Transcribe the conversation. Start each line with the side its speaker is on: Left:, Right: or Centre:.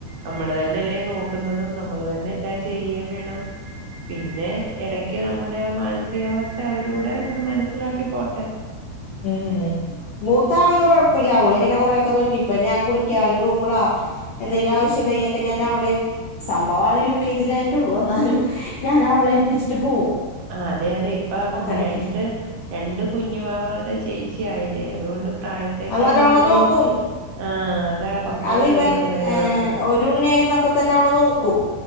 Right: നമ്മള് തന്നെയല്ലേ നോ ക്കുന്നതും നമ്മൾ തന്നെ എല്ലാം ചെയ്യേം വേണം. പിന്നെ എടക്ക് നമ്മുടെ ആ മാനസികാവസ്ഥ അവരൂടെ ഒന്ന് മനസ്സിലാക്കി പോട്ടെ.
Left: മ്മ് മൂത്താള് കൊഴപ്പില്ലാ അവളിങ്ങനെ കൊറെ ഒക്കൊന്ന് കീപ്പെയ്യും. ഞാൻ കുളിക്കാൻ പോവുമ്പളാ എന്തെലും ആവശ്യണ്ടെങ്കി ഒക്കെ ഞാൻ അവളേൽ സംഭവം അവള് യു കെ ജി യില് ആയിട്ടൊള്ളു എന്നാലും ഞാൻ അവളെ ഏൽപ്പിച്ചിട്ട് പോവും.
Right: ആഹ് അതെ അതെ. ഇപ്പം
Left: നോക്കാനൊക്കെ
Right: രണ്ട് രണ്ട് കുഞ്ഞുവാവകളുടെ ചേച്ചി ആയില്ലേ. അതുകൊണ്ട് പ്രായത്തെക്കാൾ
Left: അത് നല്ലോണം
Right: ഉപരി
Left: നോക്കും.
Right: ആഹ് അതാ പക്വത
Left: അത് ഇവൻ
Right: വരും അന്നേരം
Left: ഏഹ്
Right: അവർക്ക്
Left: ഒരുണ്ണി ആയിരുന്നപ്പ തന്നെ അവള് നോക്കും.